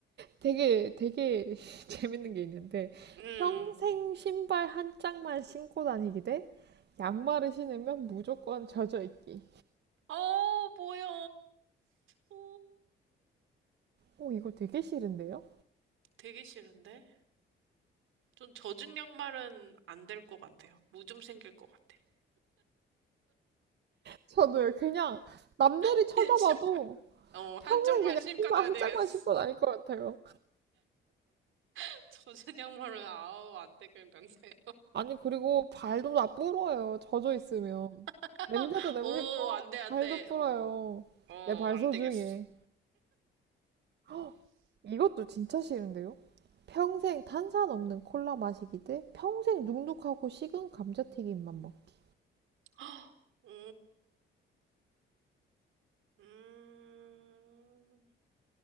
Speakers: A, on the right (about 60°); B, on the right (about 80°).
A: 되게 되게 <laughs> 재밌는 게 있는데
B: 음.
A: 평생 신발 한 짝만 신고 다니기 대 양말을 신으면 무조건 젖어 있기.
B: 어, 뭐야. 오.
A: 오, 이거 되게 싫은데요?
B: 되게 싫은데? 좀 젖은 양말은 안 될 것 같아요. 무좀 생길 것 같아.
A: 저도요. 그냥 남들이
B: <laughs>
A: 쳐다봐도
B: 예, 신발, 어,
A: 평생
B: 한쪽만
A: 그냥
B: 신고
A: 신발
B: 다니겠어.
A: 한 짝만 신고 다닐 것 같아요.
B: <laughs> 젖은 양말은, 아우, 안 되겠는데.
A: 아니, 그리고 발도 다 불어요. 젖어 있으면.
B: <laughs>
A: 냄새도 냄새고,
B: 오, 안 돼, 안
A: 발도
B: 돼.
A: 불어요.
B: 어, 어,
A: 내 발
B: 안
A: 소중해.
B: 되겠어.
A: 헉, <gasps> 이것도 진짜 싫은데요? 평생 탄산 없는 콜라 마시기 대 평생 눅눅하고 식은 감자튀김만 먹기.
B: <gasps> 오, 음.